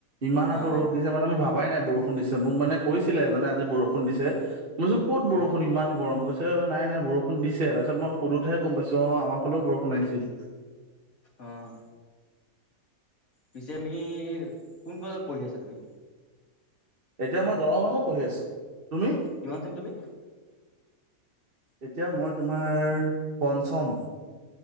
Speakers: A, on the right; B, on the left.
A: ইমান আকৌ
B: অ'
A: ৰ'দ
B: অ'
A: দিছে মানে মোৰ ভাবাই নাই বৰষুণ দিছে মোক মানে কৈছিলে এজনে আজি বৰষুণ দিছে মই ক'ত
B: উম
A: বৰষুণ ইমান গৰম আ নাই নাই বৰষুণ দিছে তাৰপিছত মই সুধোতেহে গম পাইছোঁ অ আমাৰ ফালেও বৰষুণ আহিছিল
B: অ'। পিছে আমি কোন ক্লাছত পঢ়ি আছা তুমি?
A: এতিয়া মই দৰঙতে পঢ়ি আছো তুমি?
B: কিমান দিন তুমি
A: এতিয়া মই তোমাৰ পঞ্চম।